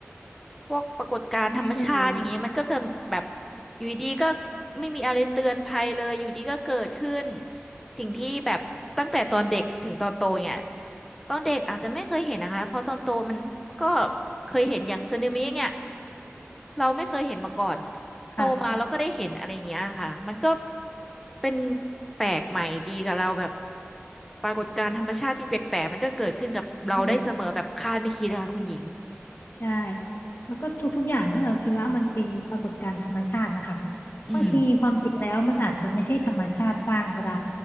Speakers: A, in the centre; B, on the left.
A: พวกปรากฏการณ์ธรรมชาติอย่างนี้มันก็จะแบบ
B: ได้เลย
A: อยู่ดีๆก็ไม่มีอะไรเตือนภัยเลยอยู่ดีก็เกิดขึ้นสิ่งที่แบบตั้งแต่ตอนเด็กถึงตอนโตเนี่ยตอนเด็กอาจจะไม่เคยเห็นนะคะเพราะตอนโตมันก็เคยเห็นอย่างสึนามิเนี่ยเราไม่เคยเห็นมาก่อนโตมาแล้วก็ได้เห็นอะไรอย่างเงี้ยค่ะมันก็
B: ค่ะ
A: เป็นแปลกใหม่ดีกับเราแบบปรากฏการณ์ธรรมชาติที่แปลกๆมันก็เกิดขึ้นกับเราได้เสมอแบบคาดไม่คิดนะคะคุณหญิง
B: อืม ใช่แล้วก็ทุกๆอย่างที่เราคิดว่ามันเป็นปรากฏการณ์ธรรมชาตินะคะ
A: อืม
B: บางทีความจริงแล้วมันอาจจะไม่ใช่ธรรมชาติสร้างก็ได้